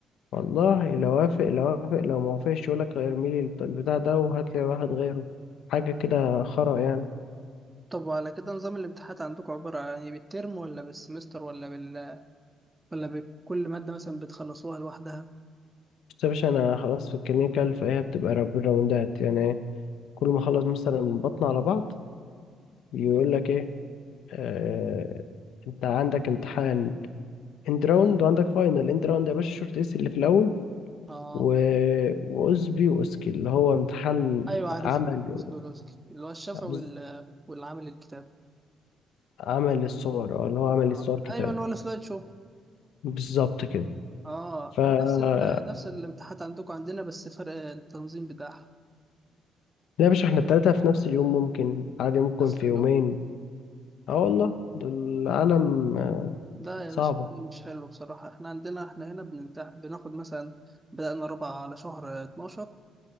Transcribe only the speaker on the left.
والله لو وافق لو وافق لو ما وافقش يقول لك ارمي لي البتاع ده وهات لي واحد غيره حاجه كده خرا يعني
بس يا باشا انا خلاص في الكلينيكال فهي بتبقى را- بالراوندات يعني ايه كل ما اخلص مثلا بطن على بعض يقول لك ايه آه انت عندك امتحان اند راوند وعندك فاينل اند راوند يا باشا شورت اس اللي في الاول
و... واسبي واسكي اللي هو امتحان
عمل
بز-
عمل الصور اه اللي هو عمل
الصور كتاب
بالظبط كده
ف
لا
يا باشا احنا التلاتة في نفس اليوم ممكن عادي ممكن
في
يومين اه والله دول عالم
صعبة